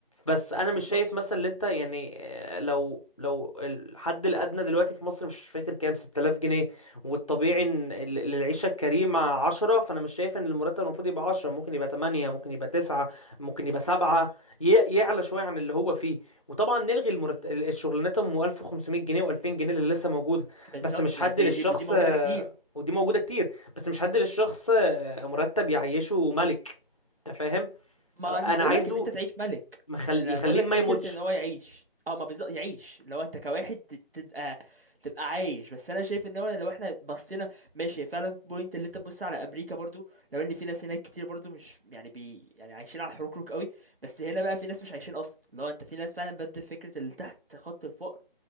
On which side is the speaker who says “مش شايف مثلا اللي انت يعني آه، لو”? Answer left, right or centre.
Left